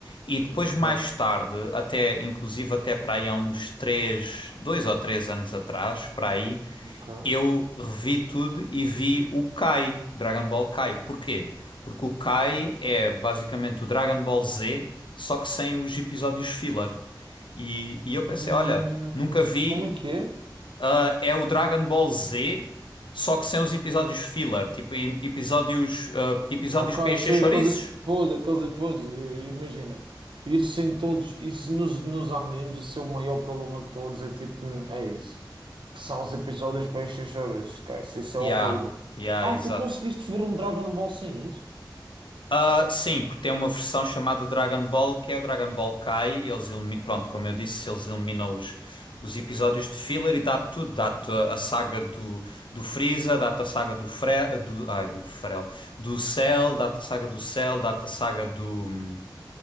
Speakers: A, on the left; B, on the right.
A: E depois
B: Nunca,
A: mais tarde, até inclusive até para aí há uns três, dois ou três anos atrás, para aí,
B: nunca.
A: eu revi tudo e vi o Kai, Dragon Ball Kai. Porquê? Porque o Kai é basicamente o Dragon Ball Z, só que sem os episódios filler. E, e eu
B: Hum,
A: pensei, olha, nunca vi,
B: como é que é?
A: ah, é o Dragon Ball Z, só que sem os episódios filler, tipo em- episódios, ah, episódios
B: Ok,
A: para encher
B: sim,
A: chouriços.
B: aqueles pois, aqueles pois, eh, imagina, isso em todos, isso nos, nos animes, isso é o maior problema de todos, é tipo, é isso, que são os episódios bem xoxoras, esquece, isso
A: Yeah,
B: é horrível.
A: yeah,
B: Ah,
A: exato.
B: tu conseguiste ver um Dragon Ball sem isso?
A: Ah, sim, porque tem uma versão chamada Dragon Ball, que é o Dragon Ball Kai. e Eles elimi- Pronto, como eu disse, eles eliminam os, os episódios de filler e dá tudo. Dá-te a, a saga do, do Freeza, dá-te a saga do Fre... do, ai, do Frel, do Cell, dá-te a saga do Cell, dá-te a saga do, hum,